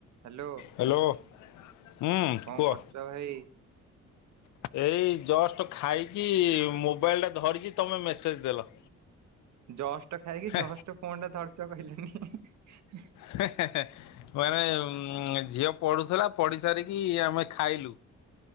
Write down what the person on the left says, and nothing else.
hello ହୁଁ
କୁହ।
ଏଇ ଜଷ୍ଟ ଖାଇକି ମୋବାଇଲ୍ ଟା ଧରିଚି ତମେ ମେସେଜ୍ ଦେଲ।
ହେଁ
ହେଁ ହେଁ ହେଁ। ମାନେ ଉଁ ଝିଅ ପଢୁଥିଲା ପଢି ସାରିକି ଆମେ ଖାଇଲୁ।